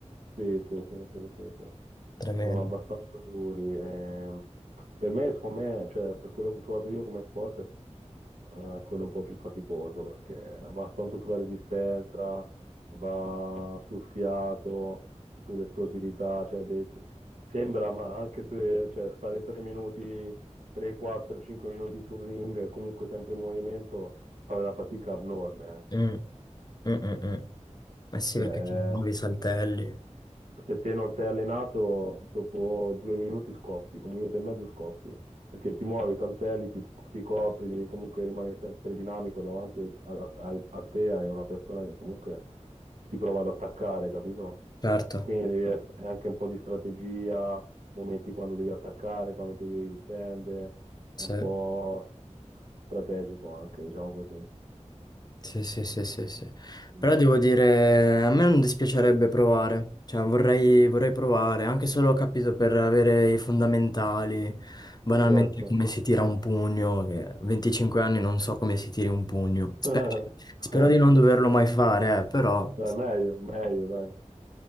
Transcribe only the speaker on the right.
Sì, sì, sì, sì, sì, sì.
Sono abbastanza duri. ehm. per me, secondo me, cioè, per quello che ho provato io come sport, è eh, quello un po' più faticoso, perché va tanto sulla resistenza, va sul fiato, sull'esplosività, cioè, dei- sembra, ma anche se cioè, stare tre minuti, 3, 4, 5 minuti sul ring, comunque sempre in movimento, fa una fatica abnorme. eh.
Cioè,
se te non sei allenato, dopo due minuti scoppi, un minuto e mezzo scoppi, perché ti muovi, saltelli, ti, ti copri, devi comunque rimanere sempre dinamico davanti a, a- a te, hai una persona che comunque ti prova ad attaccare, capito?
Quindi devi ess- è anche un po' di strategia, momenti quando devi attaccare, quando ti devi difendere, è
un po' strategico anche, diciamo così.
Mm,
Certo.
<laughs>
Dai, meglio, meglio, dai.